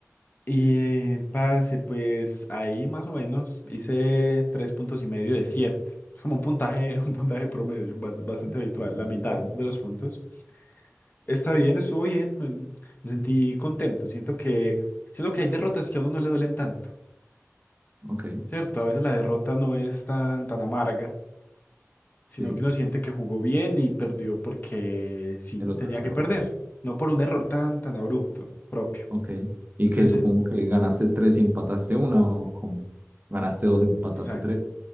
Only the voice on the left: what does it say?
Y eh, parce, pues ahí más o menos hice tres puntos y medio de siete. Es como un puntaje, <laughs> un puntaje promedio, ba- bastante habitual,
la mitad
de los puntos. Está bien, estuvo bien, me, me sentí contento. Siento que, siento que hay derrotas que a uno no le duelen tanto,
¿cierto? A veces la derrota no es tan, tan amarga, sino
que uno siente que jugó bien y perdió porque sí,
tenía
que perder, no por un error
tan, tan abrupto propio.
Entonces,
eh,
exacto,